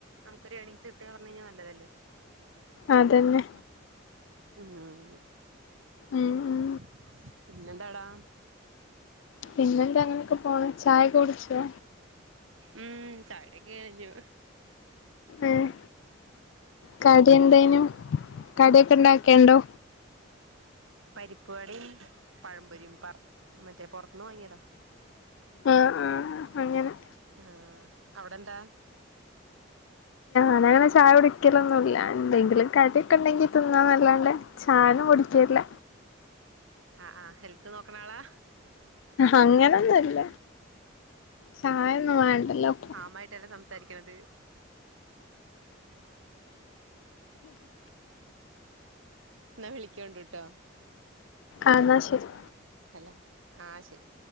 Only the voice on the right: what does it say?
നമുക്ക് ഒരു ഏണിങ്സ് കിട്ടാ പർഞാ കഴിഞ്ഞാൽ നല്ലതല്ലേ
<unintelligible>
പിന്നെ എന്താടാ
ഉം ചായടി ഒക്കെ കയ്ഞ്ഞു
പരിപ്പ് വടിം, പഴംപൊരിം, പർ മറ്റേ പോർത്ത്ന്ന് വാങ്ങിയതാ
ആഹ് അവിടെന്താ?
അ ആ ഹെൽത്ത് നോക്ക്‌ണാളാ
മ്മായിട്ടല്ല സംസ് സാരിക്ക്‌ണത് ന്നാ വിളിക്കൊണ്ടു ട്ടോ
ഹലോ ആ ശരി